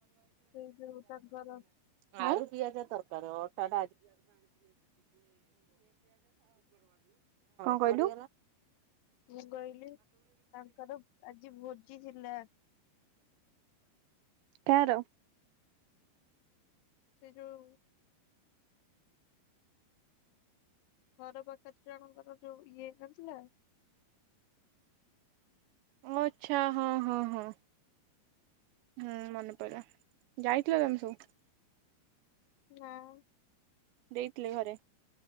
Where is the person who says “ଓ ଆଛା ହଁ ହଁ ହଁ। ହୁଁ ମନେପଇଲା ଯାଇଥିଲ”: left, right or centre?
Right